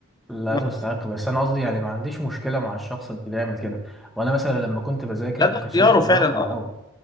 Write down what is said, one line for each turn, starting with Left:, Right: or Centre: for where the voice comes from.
Centre: لا
Left: لا
Centre: تستحق
Left: تستحق
Centre: بس انا قصدي يعني ما عنديش مشكله مع الشخص اللي يعمل كده وانا مثلا لما كنت بذاكر
Left: لا ده
Centre: ما
Left: اختياره
Centre: كانش هدفي
Left: فعلا
Centre: ان انا اطلع
Left: اه
Centre: الاول